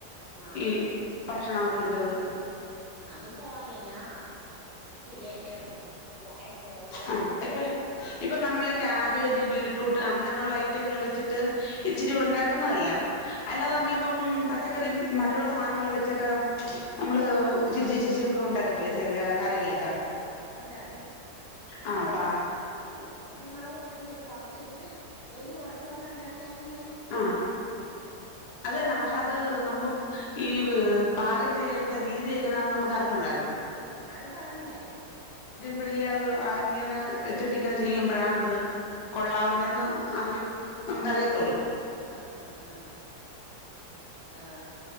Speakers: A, on the right; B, on the left.
A: ആഹ്
B: ഈ ഭക്ഷണത്തിന്റെത്
A: അത് തോരന്നാ ശെരിയാ <unintelligible> കേറ്ന്ന് യാ ആരെപ്പാ ഒരു
B: അഹ് ഇപ്പ ഇപ്പെ നമ്മള് കാബേജ് ബീറ്റ് ബീട്രൂട്ട് അങ്ങനൊള്ള ഐറ്റങ്ങൾ വെച്ചിട്ട് ഇച്ചിരി ഉണ്ടാക്കുന്നതല്ല അല്ലാതെ
A: ഉം
B: നമ്മളിപ്പം പച്ചക്കറി മറ്റ്ള്ള സാനങ്ങൾ വെച്ചൊക്കെ നമ്മള് ഇച്ചിരിച്ചെ ഇച്ചിരിച്ചേക്കെ ഉണ്ടാക്കത്തില്ലേ ചെല കറികളൊക്കെ
A: ഒണ്ടാക്കും അതേ
B: ആ അപ്പ
A: <unintelligible> പച്ച മളെക് പ്പിത്തിരി കൊറച്ചിട്ട് എരി കൊറച്ചോണ്ട് ഉണ്ടാക്കിയാണെന്നേ
B: ആ അത് തന്നെ പക്ഷെ അത് നമുക്ക് ഈ പാകം ചെയ്യേണ്ട രീതി എങ്ങനാന്ന് നമുക്ക് അറിഞ്ഞുകൂടാലോ
A: ആ അത് പറഞ്ഞര്
B: പോഴല്ലേ അത് ആ ഇങ്ങനെ വെച്ചിട്ട് ഇങ്ങനെ ചെയ്യുമ്പോഴാണ ഇത് കൊള്ളാവുന്ന എന്ന് അറ നമുക്ക് അറിയത്തോള്ളൂ
A: ആ ആ ആ ആ